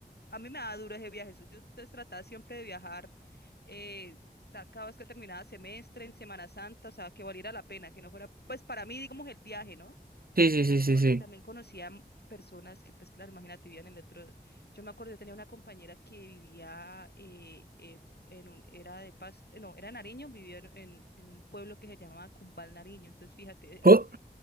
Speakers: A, on the left; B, on the right.
A: A mí me da duro ese viaje. eso- Yo pues, trataba siempre de viajar eh, ta- cada vez que terminaba semestre, en Semana Santa, o sea, que valiera la pena, que no fuera, pues, para mí, digamos, el viaje, ¿no?
B: sí, sí, sí, sí,
A: Porque
B: sí.
A: también conocía personas que, pues claro, imagínate, vivían en el otro. Yo me acuerdo, yo tenía una compañera que vivía eh, eh, en un, era de Pasto, no, era Nariño, vivía en, en, en un pueblo que se llamaba Cumbal Nariño. Entonces, fíjate, eh,
B: Oh,